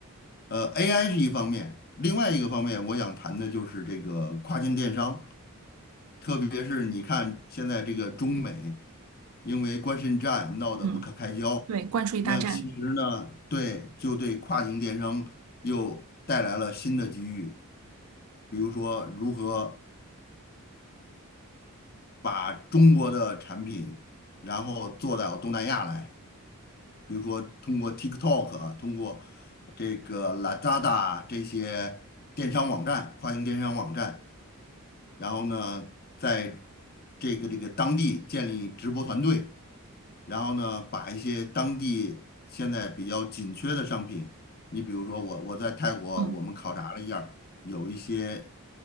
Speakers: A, on the left (about 45°); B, on the right (about 70°).
A: 呃，AI 是一方面，另外一个方面，我想谈的就是这个跨境电商。特别是你看现在这个中美因为关税战闹得不可开交，
B: 嗯，对，关税大战。
A: 那嗯其实呢，对，就对跨境电商又带来了新的机遇，比如说如何把中国的产品，然后做到东南亚来。比如说通过 TikTok 啊，通过这个 Lazada 这些电商网站、跨境电商网站，然后呢，在这个这个当地建立直播团队，然后呢，把一些当地现在比较紧缺的商品，你比如说我我在泰国，
B: 嗯，
A: 我们考察了一下儿有一些